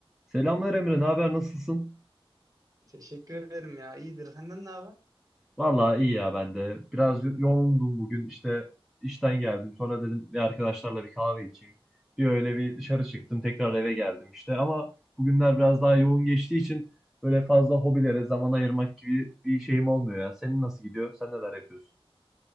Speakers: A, in the centre; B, on the right (about 35°).
A: Selamlar Emre, ne haber, nasılsın?
B: Teşekkür ederim ya. İyidir. Senden ne haber?
A: Vallahi iyi ya ben de. Biraz yo- yoğundum bugün işte işten geldim. Sonra dedim bir arkadaşlarla bir kahve içeyim. Bir öyle bir dışarı çıktım, tekrar eve geldim işte. Ama bugünler biraz daha yoğun geçtiği için böyle fazla hobilere zaman ayırmak gibi bir şeyim olmuyor ya. Senin nasıl gidiyor? Sen neler yapıyorsun?